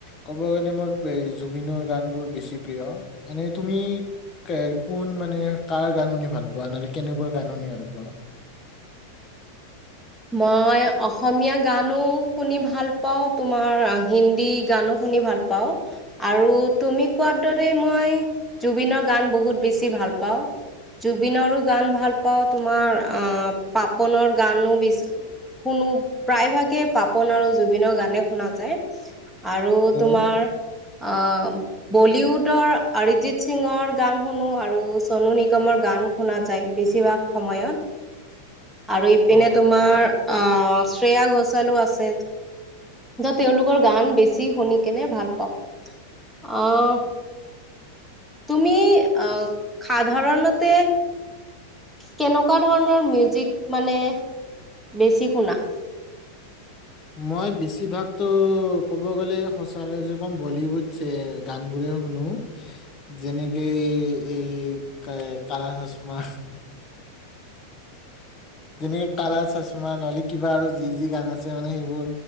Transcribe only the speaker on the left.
ক'ব গ'লে মোৰ জুবিনৰ গান বোৰ বেছি প্ৰিয়। এনে তুমি কে কোন মানে কাৰ গান শুনি ভাল পোৱা? নহ'লে কেনেকুৱা গান শুনি ভাল পোৱানো?
হয়
অ
মই বেছিভাগতো ক'ব গ'লে সচাকে যে মই বলিউড যে গান বোৰে শুনো। যেনেক এই কা কালা চচমা। যেনেকে কালা চচমা নহলে কিবা আৰু যি যি গান আছে। মানে সেইবোৰ